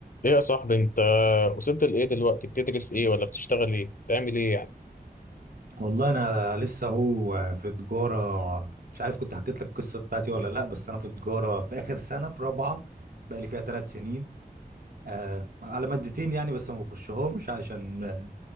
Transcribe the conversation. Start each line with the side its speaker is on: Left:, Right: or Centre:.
Left: ايه يا صاحبي انت وصلت لايه دلوقتي بتدرس ايه ولا بتشتغل ايه بتعمل ايه يعني
Right: والله انا لسه هو في تجاره مش عارف كنت حكيت لك القصه بتاعتي ولا لا بس انا في تجاره في اخر سنه في رابعه بقى لي فيها ثلاث سنين آه على مادتين يعني بس ما بخشهمش عشان آه،